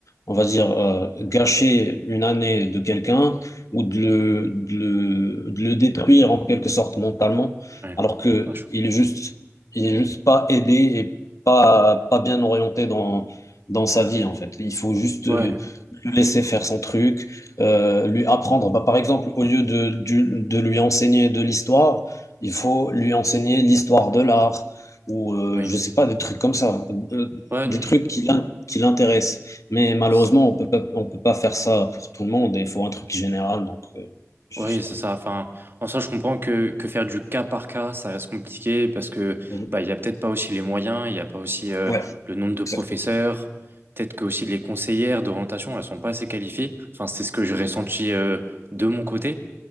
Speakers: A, on the left (about 90°); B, on the right (about 45°).
A: on va dire, euh, gâcher une année de quelqu'un ou de le, de le, de le détruire en quelque sorte mentalement,
B: ouais.
A: alors que
B: Ouais, je-
A: il est juste, il est juste pas aidé et pas, pas bien orienté dans, dans sa vie, en fait. Il faut juste
B: ouais,
A: euh, le laisser faire son truc euh, lui apprendre. Bah, par exemple, au lieu de, du- de lui enseigner de l'histoire, il faut lui enseigner l'histoire de l'art ou euh,
B: oui.
A: je sais pas, des trucs comme ça, euh,
B: Ouais,
A: des
B: non,
A: trucs
B: non.
A: qui l'in- qui l'intéressent. Mais malheureusement,
B: c'est ça.
A: on peut pas, on peut pas faire ça pour tout le monde et il faut un truc général. Donc, euh, je
B: Oui,
A: sais
B: c'est
A: pas.
B: ça. Enfin, en soi, je comprends que, que faire du cas par cas, ça reste compliqué parce que
A: Mhm.
B: bah, il n'y a peut-être pas aussi les moyens, il n'y a pas aussi euh,
A: Ouais,
B: le nombre de
A: exactement.
B: professeurs. Peut-être que aussi les conseillères d'orientation, elles sont pas assez qualifiées. Enfin, c'est ce que j'ai ressenti euh, de mon côté.